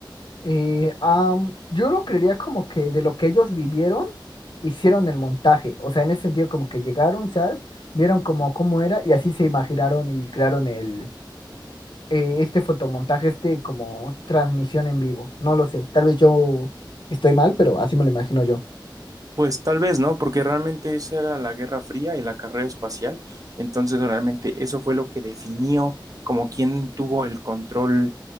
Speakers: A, on the left; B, on the right.
A: Eh, am, yo lo creería como que de lo que ellos vivieron, hicieron el montaje, o sea, en ese sentido como que llegaron, ¿sabes? Vieron como cómo era y así se imaginaron y crearon el, eh, este fotomontaje, este como transmisión en vivo. No lo sé, tal vez yo estoy mal, pero así me lo imagino yo.
B: Pues tal vez, ¿no? Porque realmente esa era la Guerra Fría y la carrera espacial. Entonces, realmente eso fue lo que definió como quién tuvo el control